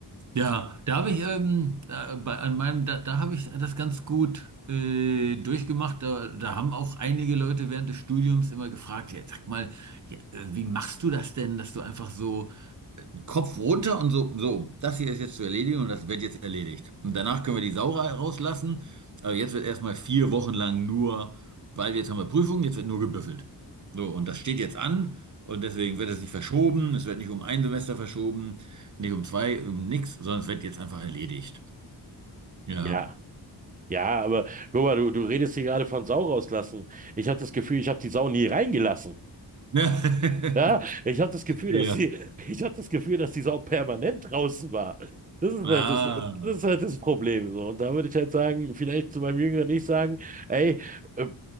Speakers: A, on the right (about 45°); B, on the right (about 20°).
A: Ja, da habe ich ähm, da, bei, an meinem, da, da habe ich das ganz gut äh, durchgemacht. Da, da haben auch einige Leute während des Studiums immer gefragt, ja, sag mal, ja, äh, wie machst du das denn, dass du einfach so äh, Kopf runter und so, so, das hier ist jetzt zu erledigen und das wird jetzt erledigt. Und danach können wir die Sau ra- rauslassen. Aber jetzt wird erstmal vier Wochen lang nur, weil jetzt haben wir Prüfungen, jetzt wird nur gebüffelt. So, und das steht jetzt an und deswegen wird es nicht verschoben. Es wird nicht um ein Semester verschoben, nicht um zwei, um nichts, sondern es wird jetzt einfach erledigt. Ja.
B: Ja. Ja, aber guck mal, du, du redest hier gerade von Sau rauslassen. Ich habe das Gefühl, ich habe die Sau nie reingelassen.
A: <laughs>
B: Ja, ich habe das Gefühl,
A: Ja.
B: dass sie, <laughs> ich habe das Gefühl, dass die Sau permanent draußen war. Das ist halt
A: Ah.
B: das, das ist halt das Problem so. Und da würde ich halt sagen, vielleicht zu meinem Jüngeren nicht sagen, ey, äh,